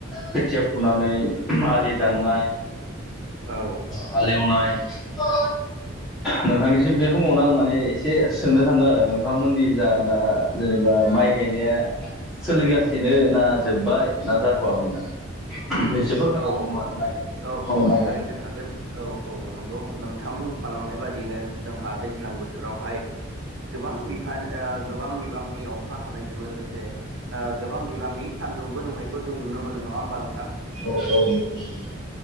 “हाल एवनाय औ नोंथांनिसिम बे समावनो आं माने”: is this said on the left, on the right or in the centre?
Centre